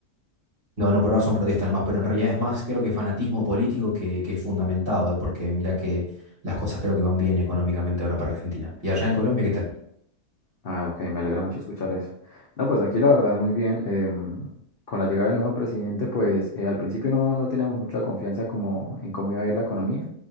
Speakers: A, on the right; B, on the left.
A: No, no, por ahora son protestas nomás, pero en realidad es más, creo que fanatismo político que, que es fundamentado, ¿eh? Porque mirá que las cosas creo que van bien económicamente ahora para Argentina. Y allá en Colombia, ¿qué tal?
B: Ah, ok, me alegra mucho escuchar eso. No, pues aquí la verdad muy bien. em, con la llegada del nuevo presidente, pues eh, al principio no, no teníamos mucha confianza como en cómo iba a ir la economía,